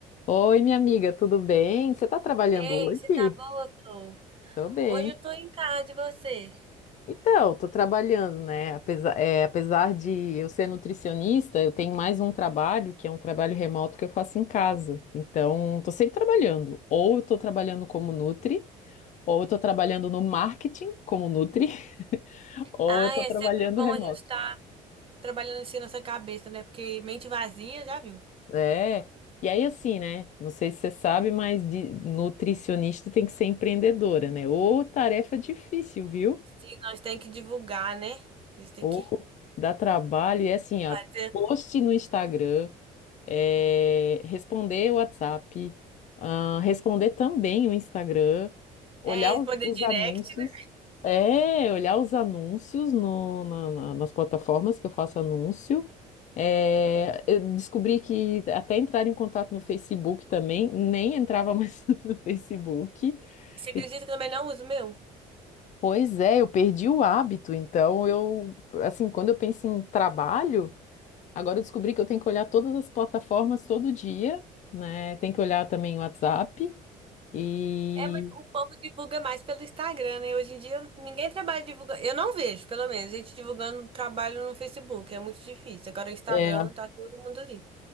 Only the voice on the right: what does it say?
Ei,
você tá boa, Flor?
Hoje eu tô em casa de você?
Ai,
é
sempre bom
a gente estar trabalhando assim nossa cabeça, né? Porque mente vazia, já viu?
Sim, nós tem que divulgar, né? A gente tem
que
fazer,
é, responder
direct,
né?
Você acredita
que eu também não uso o meu?
É, mas o povo divulga mais pelo Instagram, né? Hoje em dia ninguém trabalha divulgando. Eu não vejo, pelo menos, gente divulgando trabalho no Facebook. É muito difícil. Agora o Instagram
tá todo mundo ali.